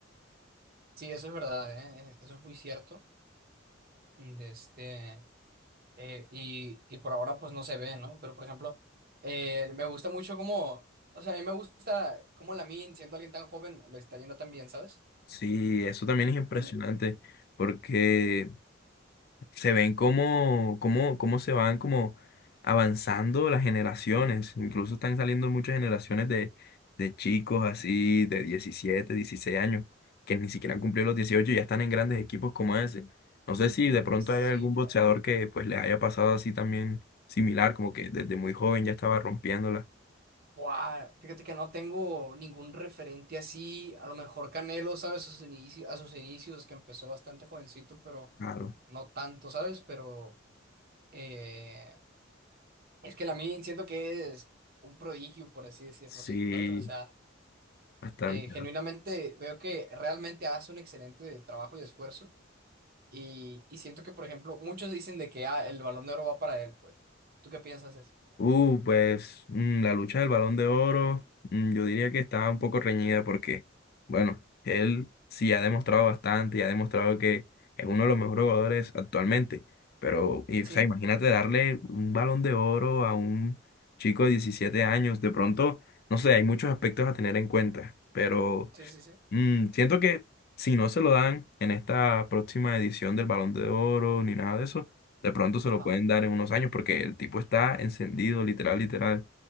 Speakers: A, on the right; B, on the left.
A: Sí, eso es verdad, ¿eh? Eso es muy cierto. De este... eh, y, y por ahora pues no se ve, ¿no? Pero por ejemplo, eh, me gusta mucho cómo, o sea, a mí me gusta cómo Lamin, siendo alguien tan joven, lo está yendo tan bien, ¿sabes?
B: Sí, eso también
A: Y,
B: es impresionante,
A: y-
B: porque se ven cómo, cómo, cómo se van como avanzando las generaciones. Incluso están saliendo muchas generaciones de, de chicos así de 17 16 años, que ni siquiera han cumplido los 18 y ya están en grandes equipos como ese. No sé si de pronto
A: sí,
B: hay algún
A: claro.
B: boxeador que pues le haya pasado así también similar, como que desde muy joven ya estaba rompiéndola.
A: Buah, fíjate que no tengo ningún referente así, a lo mejor Canelo, ¿sabes? A sus inicios, a sus inicios, que empezó bastante jovencito, pero
B: Claro,
A: no tanto, ¿sabes? Pero eh, es que Lamin siento que es un prodigio, por así decirlo,
B: sí,
A: ¿sabes? O sea...
B: bastante.
A: eh, genuinamente veo que realmente hace un excelente trabajo y esfuerzo. Y, y siento que, por ejemplo, muchos dicen de que ah, el Balón de Oro va para él, pues. ¿Tú qué piensas eso?
B: Uh, pues mm, la lucha del Balón de Oro, mm, yo diría que está un poco reñida porque, bueno, él sí ha demostrado bastante y ha demostrado que es uno de los mejores jugadores actualmente. Pero, y, o
A: Sí,
B: sea, imagínate darle un Balón de Oro a un chico de 17 años. De pronto, no sé, hay muchos aspectos a tener en cuenta, pero
A: sí, sí, sí.
B: Mm, siento que si no se lo dan en esta próxima edición del Balón de Oro ni nada de eso, de pronto se
A: Ajá.
B: lo pueden dar en unos años porque el tipo está encendido, literal, literal.